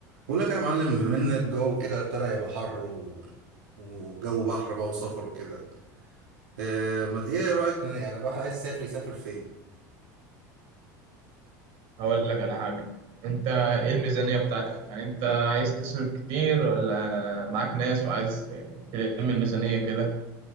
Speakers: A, on the right; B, on the right.
A: بقول لك يا معلم بما ان الجو كده ابتدى يبقى حر و... وجو بحر بقى وسفر وكده اه ما ايه رأيك يعني الواحد عايز يسافر يسافر فين
B: هقول لك على حاجة انت ايه الميزانية بتاعتك يعني انت عايز تصرف كتير ولا معاك ناس وعايز تلم الميزانية كده